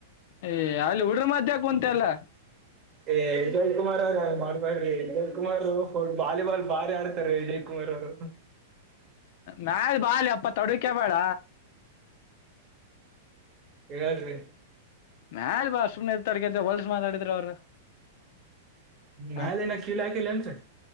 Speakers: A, on the left; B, on the right.
A: ಏಯ್ ಅಲ್ಲಿ ಉಡ್ರ ಮಧ್ಯ ಕುಂತೆ ಅಲ್ಲ
B: ಏ ವಿಜಯ್ ಕುಮಾರ್ ಅವ್ರ ಮಾಡ್ಬಾರಡ್ರಿ ವಿಜಯ್ ಕುಮಾರು ಫೋಟೋ ವಾಲಿಬಾಲ್ ಬಾರಿ ಆಡ್ತಾರೆ ವಿಜಯ್ ಕುಮಾರ್ ಅವರು
A: ಮ್ಯಾಲ್ ಬಾಳಿ ಅಪ್ಪ ತಡೂಕ್ಯ ಬೇಡ
B: ಹೇಳ್ರಿ
A: ಮ್ಯಾಲ್ ಬಾ ಸುಮ್ನೆ <unintelligible> ಹೊಲ್ಸ ಮಾತಾಡಿದ್ರೆ ಅವ್ರು
B: ಮ್ಯಾಲಿನ
A: ಆ
B: ಕಿಲ್ ಆಗಿಲ್ ಏನ್ರಿ